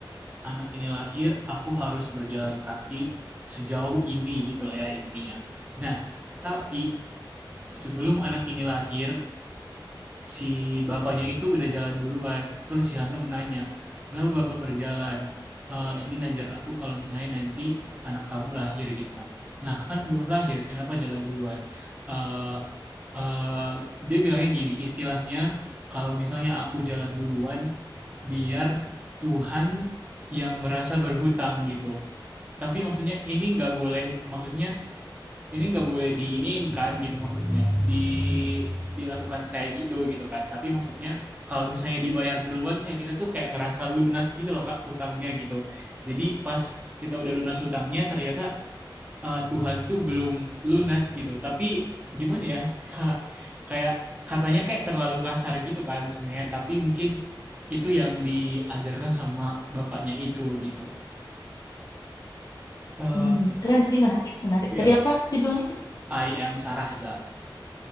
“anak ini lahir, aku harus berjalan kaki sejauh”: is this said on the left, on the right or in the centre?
Right